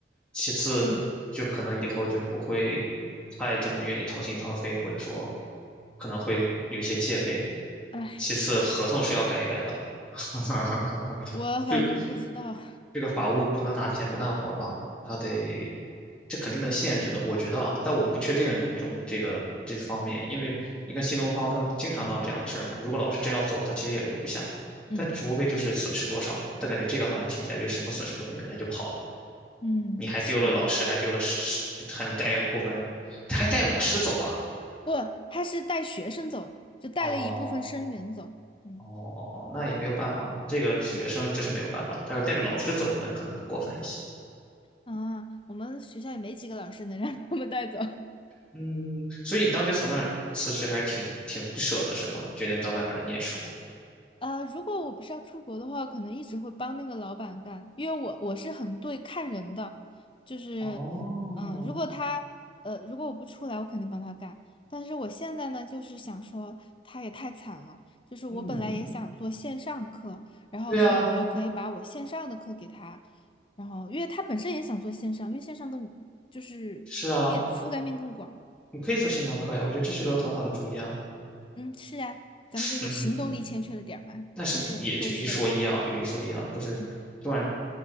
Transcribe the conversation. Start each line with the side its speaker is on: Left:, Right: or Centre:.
Centre: 其次就可能以后就不会
Left: 对，呀，
Centre: 太这么愿意掏心掏肺，或者说可能会有一些戒备。
Left: 哎，
Centre: 其次，合同是要改一改的，<laughs>
Left: 我反正不知道。
Centre: 就这个法务不能拿钱不干活吧？他得，这肯定能限制的，我觉得啊，但我不确定中这个这方面，因为你看新东方他们不经常闹这样的事儿嘛。如果老师真要走，他其实也留不下，
Left: 嗯
Centre: 但只无非就是损失多少嘛。他感觉这个好像听起来就是什么损失都没有，人家就跑了，
Left: 嗯，
Centre: 你还丢了老师，
Left: 是的，
Centre: 还丢了师，就还能带部分，他还带老师走了。
Left: 不，他是带学生走了，就带了一部分生源走。
Centre: 哦
Left: 嗯
Centre: 哦哦哦，那也没有办法嘛，这个学生这是没有办法，
Left: 嗯
Centre: 他要是带着老师走，那可能更过分一些。
Left: 啊，我们学校也没几个老师能让他们带走。<laughs>
Centre: 嗯，所以你当时从那儿辞职还是挺挺不舍的，是吗？决定到外面来念书。
Left: 呃，如果我不是要出国的话，可能一直会帮那个老板干，因为我我是很对看人的，就是，
Centre: 哦，
Left: 嗯，如果他，呃，如果我不出来，我肯定帮他干。但是我现在呢，就是想说他也太惨了，就是我本来也想做线上课，
Centre: 嗯，
Left: 然后所以我就可以把我线上的课给他，
Centre: 对啊，
Left: 然后因为他本身也想做线上，因为线上更就是面覆盖面更广。
Centre: 是啊，你可以做线上课呀，我觉得这是个很好的主意啊。
Left: 嗯，是啊，咱们就是行动力欠缺了点儿嘛，
Centre: 嗯。但是也有一说一啊，
Left: 就是构思了，
Centre: 有一说一啊，就是昨晚
Left: 嗯，